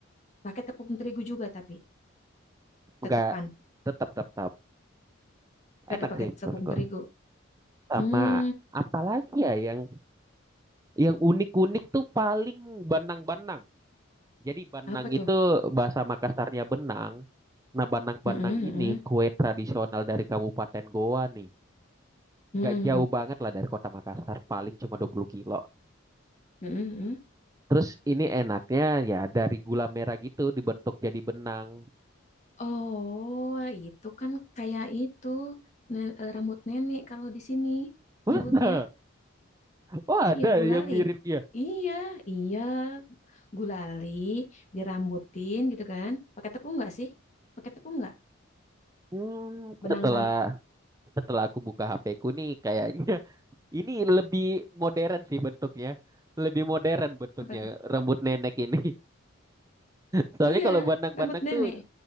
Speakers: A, on the left; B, on the right.
A: Pakai tepung terigu juga tapi tetepan,
B: Enggak tetap tetap tetap.
A: tetap
B: enak
A: pakai
B: sih
A: tepung
B: menurutku.
A: terigu.
B: Sama
A: Hmm,
B: apalagi ya yang yang unik-unik tuh paling banang-banang. Jadi Banang
A: apa
B: itu
A: tuh?
B: bahasa Makassarnya benang. Nah, Banang-Banang
A: Mm-mm,
B: ini
A: mm-mm,
B: kue tradisional dari Kabupaten Goa nih.
A: mm-mm,
B: Nggak jauh banget lah dari kota Makassar, paling cuma 20 kilo.
A: mm-mm, mm-mm.
B: Terus ini enaknya ya dari gula merah gitu dibentuk jadi benang.
A: Oh, itu kan kayak itu ne- eh, rambut nenek kalau di sini
B: <laughs> Masa?
A: nyebutnya.
B: Oh ada
A: Iya, gulali.
B: yang mirip ya?
A: Iya, iya, gulali dirambutin gitu kan. Pakai tepung nggak sih? Pakai tepung nggak?
B: Hmm,
A: Benang-benang.
B: setelah setelah aku buka HP ku nih kayaknya <laughs> ini lebih modern sih bentuknya. Lebih modern bentuknya
A: Apa tuh?
B: rambut nenek ini. <laughs> Soalnya
A: Iya,
B: kalau bandang-bandang
A: rambut nenek.
B: tuh